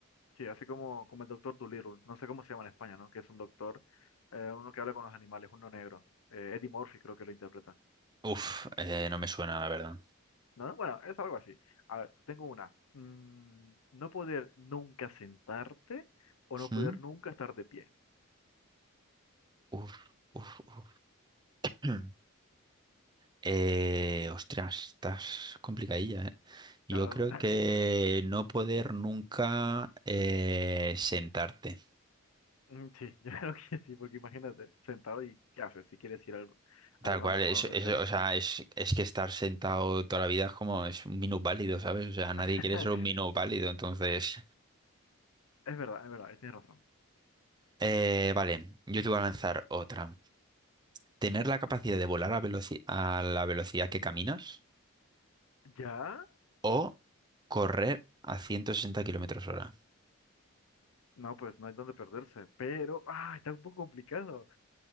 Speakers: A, on the left; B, on the right.
A: sí, así como, como el doctor Dolittle, no sé cómo se llama en España, ¿no? Que es un doctor, eh, uno que habla con los animales, uno negro. Eh, Eddie Murphy creo que lo interpreta.
B: Uf, eh, no me suena, la verdad.
A: No, bueno, es algo así. A ver, tengo una. Mm, no poder nunca sentarte o no
B: ¿Mm?
A: poder nunca estar de pie.
B: Uf, uf, uf. <clears throat> Eh, ostras, estás complicadilla, ¿eh? Yo
A: Claro,
B: creo
A: <laughs>
B: que no poder nunca eh, sentarte.
A: Mm, sí, yo creo que sí, porque imagínate, sentado y ¿qué haces? Si quieres ir al, al
B: Tal
A: baño
B: cual, es,
A: o a donde
B: es-
A: sea.
B: o sea, es, es que estar sentado toda la vida es como es un minusválido, válido, ¿sabes? O sea, nadie
A: <laughs>
B: quiere ser un minusválido, válido, entonces...
A: Es verdad, es verdad, tienes razón.
B: Eh, vale, yo te voy a lanzar otra. ¿Tener la capacidad de volar a, veloci- a la velocidad que caminas
A: ¿Ya?
B: o correr a 160 kilómetros hora?
A: No, pues no hay donde perderse, pero ah, está un poco complicado.